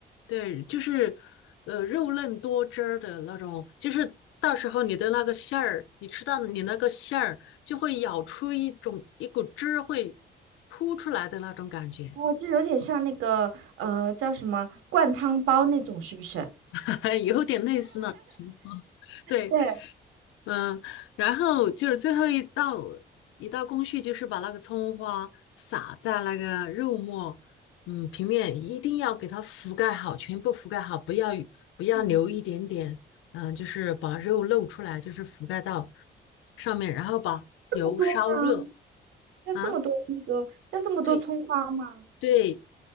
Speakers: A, on the left; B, on the right.
A: 对，就是呃肉嫩多汁儿的那种，就是到时候你的那个馅儿，你吃到你那个馅儿就会咬出一种一股汁儿会扑出来的那种感觉，
B: 哦，就有点像那个呃叫什么灌汤包那种，是不是？
A: <laughs> 有点类似那种情况。对，
B: 对，
A: 嗯，然后就是最后一道一道工序，就是把那个葱花撒在那个肉末，嗯，平面一定要给它覆盖好，全部覆盖好，不要不要留一点点，
B: 嗯，
A: 嗯，就是把肉露出来，就是覆盖到上面，然后把油烧热
B: 不多吗？要这么多那个要这么多葱花吗？
A: 啊，对，对，